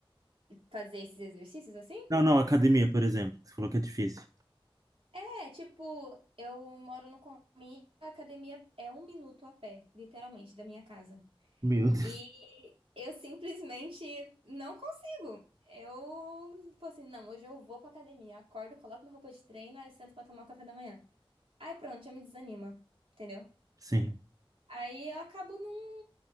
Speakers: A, on the right (about 75°); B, on the right (about 35°).
A: fazer esses exercícios assim?
B: Não, não, academia, por exemplo, que você falou que é difícil.
A: É, tipo, eu moro no condomínio, a academia é um minuto a pé, literalmente, da minha casa.
B: Meu Deus.
A: E eu simplesmente não consigo. Eu, tipo assim, não, hoje eu vou pra academia, acordo, coloco minha roupa de treino, aí eu sento pra tomar o café da manhã. Aí pronto, já me desanima, entendeu?
B: Sim,
A: Aí eu acabo não.